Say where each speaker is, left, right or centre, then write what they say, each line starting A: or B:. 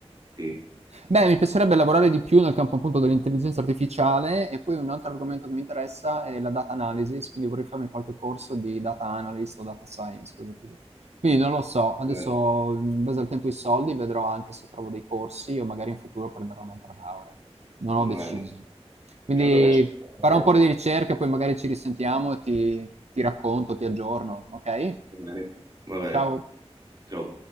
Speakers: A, on the right (about 40°); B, on the right (about 80°).
A: Sì.
B: Beh, mi piacerebbe lavorare di più nel campo appunto dell'intelligenza artificiale e poi un altro
A: Ok,
B: argomento che mi interessa è la data analysis, quindi vorrei farmi qualche corso di data analyst o data science, cose così. Quindi non lo so, adesso
A: Bene,
B: in base al tempo e ai soldi vedrò anche se trovo dei corsi o magari in futuro prenderò un'altra laurea. Non ho
A: bene.
B: deciso. Quindi
A: Allora ci aggiorneremo.
B: farò un po' di ricerca, poi magari ci risentiamo e ti, ti racconto, ti aggiorno, ok?
A: Va bene, va bene,
B: Ciao.
A: ciao.